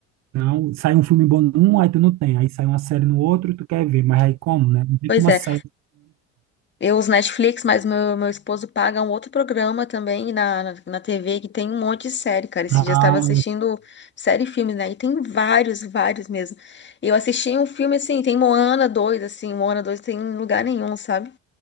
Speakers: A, on the right; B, on the left.
A: Não, sai um filme bom num, aí tu não tem. Aí sai uma série no outro, tu quer ver, mas aí como, né? Não tem
B: Pois
A: como
B: é,
A: a série.
B: eu uso Netflix, mas meu, meu esposo paga um outro programa também na, na, na TV que tem um monte de série, cara. Esse
A: Ah,
B: dia eu estava assistindo série e filmes, né? E tem vários, vários mesmo. Eu assisti um filme assim, tem Moana dois, assim, Moana dois tem em lugar nenhum, sabe?